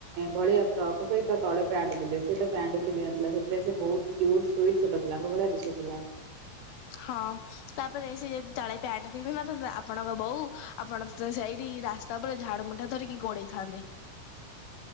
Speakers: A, on the right (about 70°); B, on the left (about 80°).
A: ଭଳିଆ ଫ୍ରକ୍ ସହିତ ତଳେ ପ୍ୟାଣ୍ଟ ପିନ୍ଧେ ସେ ତ ପ୍ୟାଣ୍ଟ ପିନ୍ଧ ନଥିଲା ସେ- ବହୁତ କ୍ୟୁଟ ସ୍ବିଟ ଛୋଟ ପିଲାଙ୍କ ଭଳିଆ ଦିସୁଥିଲା।
B: ହଁ। ତାପରେ ସେ ଯଦି ତାଳେ ପ୍ୟାଣ୍ଟ ପିନ୍ଧିିନଥାନ୍ତା, ଆପଣଙ୍କ ବୋଉ ଆପଣ ସେଇଠି ରାସ୍ତା ତାପରେ ଝାଡ ମୁଠା ଧରିକି ଗୋଡେଇଥାନ୍ତେ।